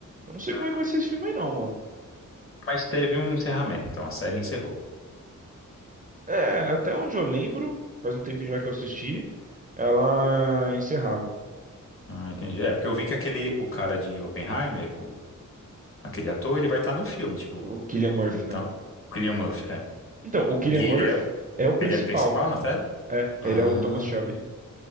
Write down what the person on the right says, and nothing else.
Eu não sei
como é que vai ser esse filme aí não, mano.
É, até onde eu lembro, faz um tempinho já que eu assisti, ela encerrava.
O Cillian Murphy,
né?
Então, o Cillian
Murphy
é o principal.
É, ele
é o Thomas Shelby.